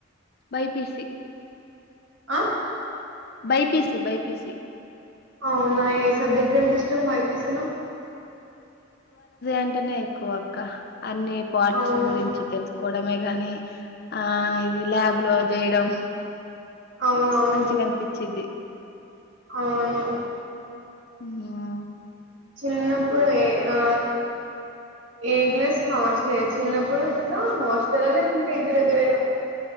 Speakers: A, on the left; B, on the right.
A: బై పిసి
B: ఆ
A: బైపిసి బైపిసి
B: అవు ఏ సబ్జెక్ట్ అంటే ఇష్టం బైపీసీలో
A: అంటనే ఎక్కువ అక్క అన్ని పాట్స్
B: అవును
A: గురించి తెలుసుకోవడమే కానీ ఆ ఇది ల్యాబ్ లో చేయడం
B: అవునవును
A: మంచిగా అనిపించేది
B: అవును
A: హు ఆ
B: చిన్నప్పుడు ఏ ఆ ఏ గ్లాస్ హాస్టల్ చిన్నప్పుడు ఇట్లా హాస్టల్ లేకుంటే ఇంటి దగ్గరయినా